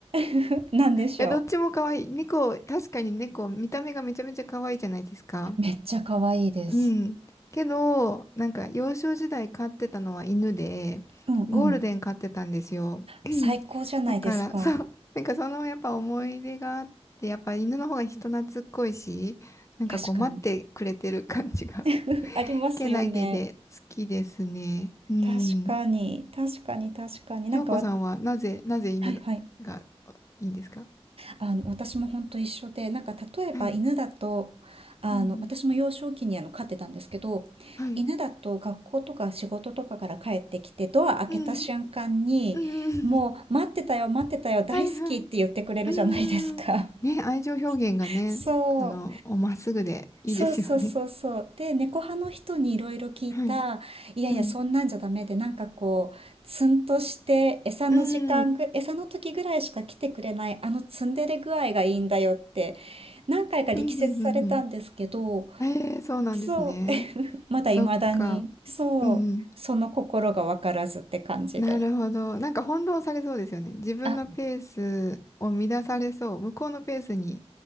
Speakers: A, on the right (about 65°); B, on the left (about 30°).
A: <laughs> 何でしょ
B: や、どっちも可愛い。猫、確かに猫、見た目がめちゃめちゃ可愛いじゃないですか。
A: うめっちゃ可愛いです。
B: うん。けど、なんか幼少時代飼ってたのは犬で、
A: うんうん。
B: ゴールデン飼ってたんですよ。<clears throat>
A: 最高じゃないですか。
B: だから、そう、なんかそのやっぱ思い出があって、やっぱ犬の方が人懐っこいし、なんかこう待ってくれてる感じが、
A: 確かに。<laughs> ありますよね。
B: けなげで好きですね。うん。
A: 確かに、確かに、確かに。なんかわ、
B: 翔子さんはなぜ、なぜ犬が
A: はいはい。
B: いいんですか
A: あの、私も本当一緒で、なんか例えば犬だと、
B: はい。
A: あの、
B: うんうん。
A: 私も幼少期にあの飼ってたんですけど、
B: はい。
A: 犬だと学校とか仕事とかから帰ってきて、ドア開けた瞬間に、
B: うん。うん。
A: もう待ってたよ、待ってたよ、
B: <laughs>
A: 大好きって言ってくれるじゃないですか。
B: はいはい。うーん。ね、愛情表現がね、
A: <laughs> そう。
B: あの、おまっすぐでいいですよね。
A: そうそうそうそう。で、猫派の人にいろいろ聞いた、
B: はい。
A: いやいや、
B: うん。
A: そんなんじゃダメで、なんかこう、ツンとして、餌の時間ぐ、
B: うん。うん。
A: 餌の時ぐらいしか来てくれない、あのツンデレ具合がいいんだよって、何回か力説されたんですけど、
B: うんうんうんええそうなんですね。
A: そう、<laughs> まだ未だに、
B: そっか。
A: そう、
B: うんうん。
A: その心がわからずって感じで。
B: なるほど。なんか翻弄されそうですよね。自分のペースを乱されそう。
A: あ、
B: 向こうのペースに